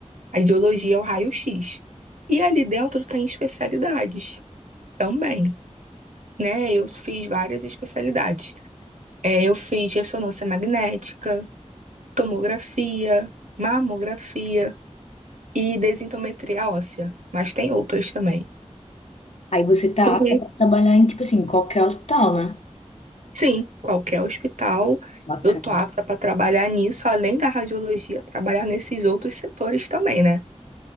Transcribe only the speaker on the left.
Aí você tá
apta pra trabalhar em, tipo assim, qualquer hospital, né?
Bacana.